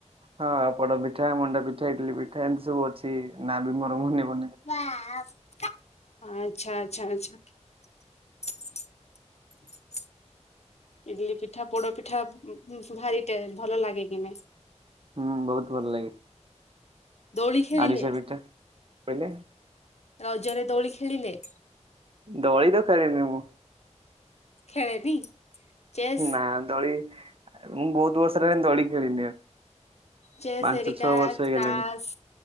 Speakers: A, on the right; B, on the left.
A: ହଁ ଆଉ ପଡ ପିଠା ମଣ୍ଡା ପିଠା ଇଡଲି ପିଠା ଏମିତି ସବୁ ଅଛି ନା ବି ମୋର ମନିନି
B: ଆଚ୍ଛା ଆଚଛା ଆଚଛା ହ <unintelligible> ଇଡଲି ପିଠା ପୋଡ ପିଠା ଭାରି ଟେ ଭଲ ଲାଗେ କି ନାଇ
A: ହୁଁ ବହୁତ ଭଲ ଲାଗେ
B: ଦୋଳି ଖେଳିଲେ
A: ଆରିସା ପିଠା। କହିଲେ
B: ରଜରେ ଦୋଳି ଖେଳିଲେ
A: ଦଳି ଦକାରିନି ମୁଁ
B: ଖେଳେନି ଚେସ୍
A: ନା ଦଳି ମୁଁ ବହୁତ ବର୍ଷ ହେଲା ଦୋଳି ଖେଳିିନି ଆଉ
B: ଚେସ୍
A: ପାଞ୍ଚ
B: ଏରିକା
A: ଛଅ ବର୍ଷ ହେଇଗଲାଣି।
B: ଚାସ୍